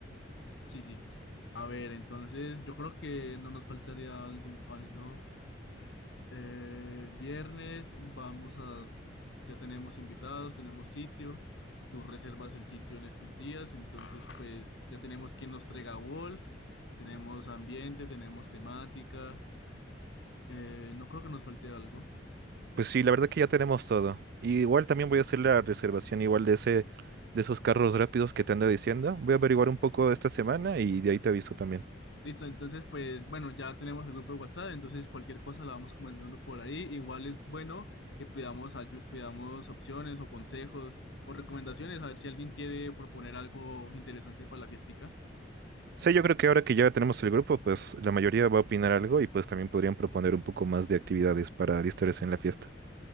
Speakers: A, on the left; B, on the right.
A: Sí, sí. A ver, entonces yo creo que no nos faltaría algo, algo. Eh, viernes vamos a, ya tenemos invitados, tenemos sitio. Tú reservas el sitio en estos días, entonces pues ya tenemos quien nos traiga Wolf, tenemos ambiente, tenemos temática. Eh, no creo que nos falte algo.
B: Pues sí, la verdad que ya tenemos todo. Y igual también voy a hacer la reservación igual de ese, de esos carros rápidos que te ando diciendo. Voy a averiguar un poco esta semana y de ahí te aviso también.
A: Listo, entonces pues bueno, ya tenemos el grupo de WhatsApp, entonces cualquier cosa la vamos comenzando por ahí. Igual es bueno que pidamos, ayu- pidamos opciones o consejos o recomendaciones, a ver si alguien quiere proponer algo interesante para la fiestica.
B: Sí, yo creo que ahora que ya tenemos el grupo, pues la mayoría va a opinar algo y pues también podrían proponer un poco más de actividades para distraerse en la fiesta.